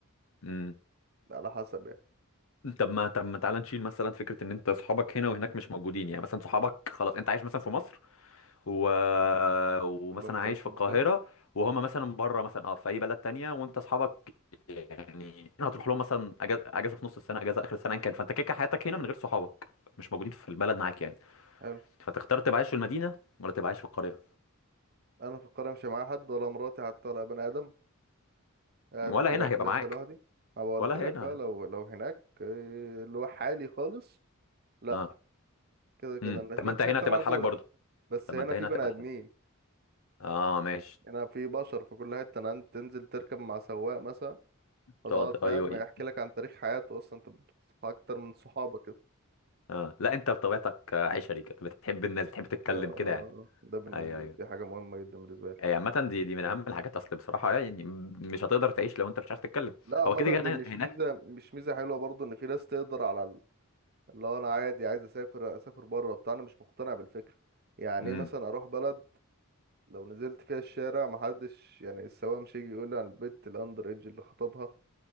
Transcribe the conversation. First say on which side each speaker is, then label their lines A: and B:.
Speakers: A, on the left (about 70°); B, on the right (about 45°).
A: امم
B: على حسب يعني
A: طب ما طب ما تعالى نشيل مثلا فكره ان انت اصحابك هنا وهناك مش موجودين يعني مثلا صحابك خلاص انت عايش مثلا في مصر و... ومثلا
B: كلهم
A: عايش
B: سافروا
A: في القاهره
B: مثلا
A: وهما مثلا بره مثلا اه في اي بلد تانية وانت اصحابك يعني هنا هتروح لهم مثلا اجازه اجازه في نص السنه اجازه اخر السنه ان كان فانت كده كده حياتك هنا من غير صحابك مش موجودين في البلد معاك يعني
B: حلو.
A: فتختار تبقى عايش في المدينه ولا تبقى عايش في القريه
B: انا في القرية مش معايا حد ولا مراتي حتى ولا بني ادم قاعد
A: ولا
B: ركلاسة
A: هنا هيبقى معاك
B: لوحدي ما بقولت
A: ولا
B: لك
A: هنا
B: بقى لو لو هناك إيه، اللي هو حالي خالص لا
A: اه
B: كده كده
A: امم
B: انا
A: طب
B: هناك
A: ما انت
B: في
A: هنا
B: حتة
A: هتبقى
B: معزولة
A: لحالك برضه
B: بس
A: طب
B: هنا
A: ما انت هنا
B: في بني
A: هتبقى
B: ادمين
A: الحل اه ماشي
B: هنا في بشر في كل حتة انا عندي تنزل تركب مع سواق مثلا فتقعد
A: تقعد
B: فاهم
A: ايوه اي
B: يحكي لك عن تاريخ حياته اصلا انت بتصحى اكتر من صحابك كده
A: اه لا انت بطبيعتك آه، عشري كده بتحب الناس بتحب تتكلم
B: ده
A: كده يعني
B: ده بالنسبة
A: ايوه ايوه
B: لي دي حاجة مهمة جدا بالنسبة لي
A: اي عامة دي دي من اهم الحاجات اصل بصراحة يعني م- مش هتقدر تعيش لو انت مش عارف تتكلم
B: لا عامة
A: هو كده كده
B: دي مش
A: هناك
B: ميزة مش ميزة حلوة برضو ان في ناس تقدر على اللي هو انا عادي عايز اسافر اسافر بره بتاع انا مش مقتنع بالفكره يعني
A: امم
B: ايه مثلا اروح بلد لو نزلت فيها الشارع محدش يعني السواق مش هيجي يقول لي على البت الاندر ايدج اللي خطبها